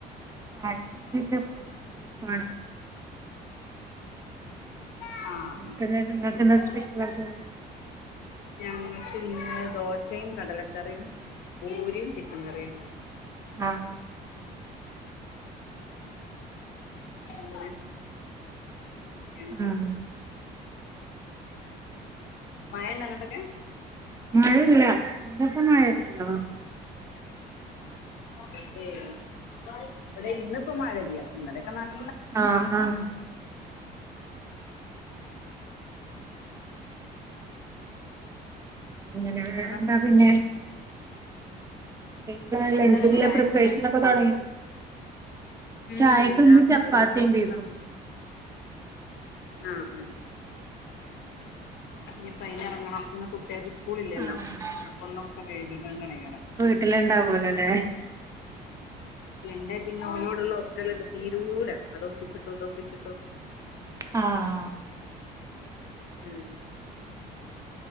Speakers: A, on the right; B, on the left.
A: ചായക്കിന്ന് ചെപ്പാത്ത്യും ബീഫു ആണ്
B: ആ ആ
A: പിന്നെ ഇന്നത്തെ എന്താ
B: അ
A: സ്പെഷ്യലൊക്കെ
B: ഞങ്ങക്ക് ന്ന് ദോശയ് കടലക്കറിയും പൂരിയും ചിക്കങ്കറിയും
A: അ
B: <inaudible> വേറെന്തൊക്കെയാണ്
A: ആഹ്
B: മയണ്ടാങ്ങൊട്ടൊക്കെ?
A: മഴല്ല തപ്പം മഴെര്ന്ന്ണ്ടോ?
B: <inaudible> <inaudible> വടെ ഇന്ന്പ്പം മഴല്ല്യ ന്നലൊക്കെ നൽ
A: ആ ആഹ് അങ്ങനെ വേറെന്താ
B: വേറെ
A: പിന്നെ ഇപ്പ്ളാ ലഞ്ചിനുള്ള
B: എന്താണ് ചായക്കിന്ന്
A: പ്രിപ്പറേഷൻ ഒക്കെ തുടങ്ങി
B: ഉം
A: ചായക്കിന്ന്
B: ഇതാ
A: ചപ്പാത്തീം
B: ഓരോന്നിങ്ങനെ
A: ബീഫും
B: ഉം ഉം ഇനിപ്പയിനി ഇറങ്ങണം ഇന്ന് കു ട്ട്യാൾക്ക് സ്കൂള് ഇല്ലല്ലോ
A: ആഹ്
B: അപ്പൊന്നൊക്കെ വഴ്കീട്ട് അങ്ങട്ടങ്ങനെ കയറാം
A: ല് ണ്ടാവുലല്ലേ
B: ണ്ട് പിന്നെ ഓലോടുള്ള ഒക്കലണ്ട് തീരൂല അതൊപ്പിച്ചിട്ടും ഇതൊപ്പിച്ചിട്ടും
A: ആഹ്
B: ഉം